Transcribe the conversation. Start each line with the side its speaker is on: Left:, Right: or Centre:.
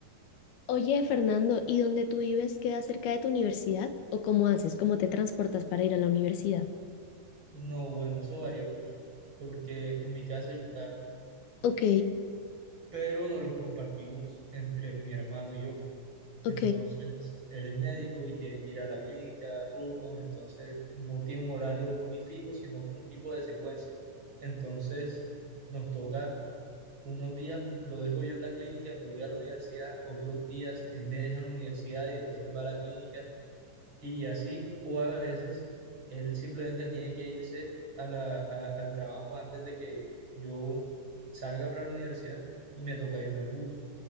Left: Oye, Fernando, ¿y dónde tú vives queda cerca de tu universidad? ¿O cómo haces? ¿Cómo te transportas para ir a la universidad?
Right: No, bueno, eso varía mucho, porque en mi casa hay un carro,
Left: Ok,
Right: pero nos los compartimos entre mi hermano y yo.
Left: ok,
Right: Entonces, él es médico y tiene que ir a la clínica, a turnos, entonces no tiene un horario muy fijo, sino que un tipo de secuencia. Entonces, nos toca, unos días lo dejo yo en la clínica y me voy a la universidad, otros días él me deja en la universidad y después él va a la clínica y así, o a veces él simplemente tiene que irse a la, a- al trabajo antes de que yo salga para la universidad y me toca irme en bus.